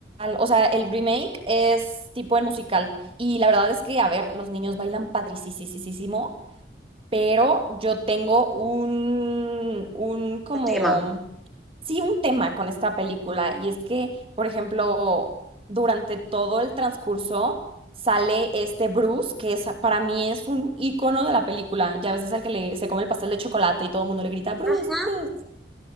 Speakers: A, on the right; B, in the centre.
A: O sea, el remake es tipo el musical. Y la verdad es que, a ver, los niños bailan padricísimo, pero yo tengo un, un como
B: un tema.
A: sí un tema con esta película y es que, por ejemplo, durante todo el transcurso sale este Bruce, que es, para mí es un icono de la película. Ya a veces al que le, se come el pastel de chocolate y todo el mundo le grita, Bruce,
B: Ujú.
A: Bruce.